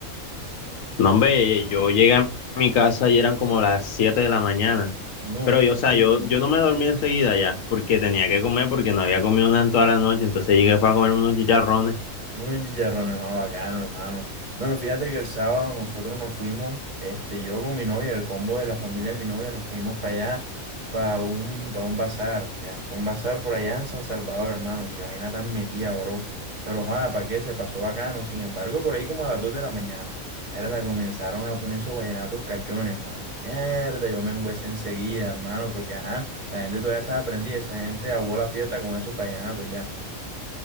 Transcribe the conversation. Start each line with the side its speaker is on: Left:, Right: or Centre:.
Left: No, hombre, yo llegué a mi casa y eran como las 7 de la mañana.
Right: No,
Left: Pero yo, o
Right: güey.
Left: sea, yo, yo no me dormí enseguida ya, porque tenía que comer, porque no había comido nada en toda la noche, entonces llegué fue a comer unos chicharrones.
Right: Unos chicharrones, no, bacano, hermano. Bueno, fíjate que el sábado nosotros nos fuimos, este, yo con mi novia, el combo de la familia de mi novia, nos fuimos para allá, para un, para un bazar, ya, para un bazar por allá en San Salvador, hermano. Qué vaina tan metida, bro. Pero, joder, ¿para qué? Se pasó bacano. Sin embargo, por ahí como a las 2 de la mañana, verdad, comenzaron a poner esos vallenatos cachones, hermano. Mierda, yo me engüesé enseguida, hermano, porque, ajá, la gente todavía estaba aprendida, esa gente aguó la fiesta con esos vallenatos, ya.